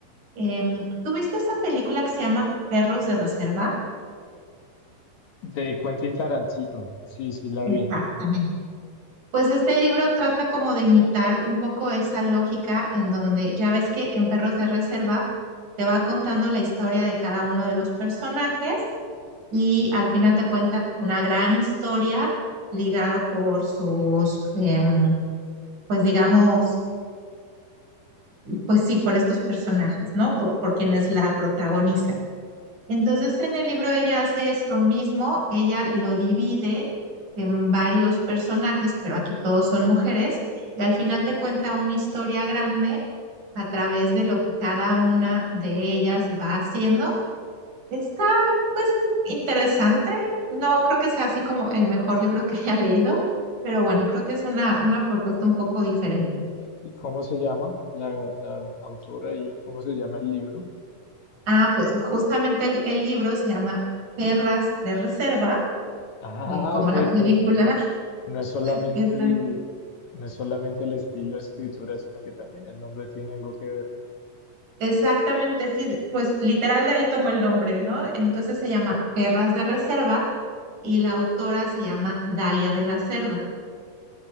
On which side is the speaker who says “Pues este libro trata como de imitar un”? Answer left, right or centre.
Right